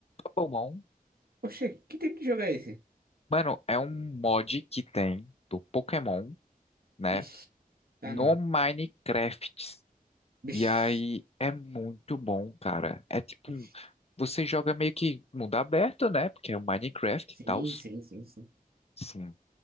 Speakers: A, on the left; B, on the right.
A: Cobblemon,
B: Oxê, que tipo de jogo é esse?
A: mano, é um mod que tem do Pokémon, né,
B: Bicho, ah
A: no
B: não.
A: Minecraft.
B: Bicho.
A: E aí, é muito bom, cara. É tipo,
B: bicho.
A: você joga meio que mundo aberto, né, porque é o Minecraft
B: Sim,
A: e tal.
B: sim, sim, sim.
A: Sim.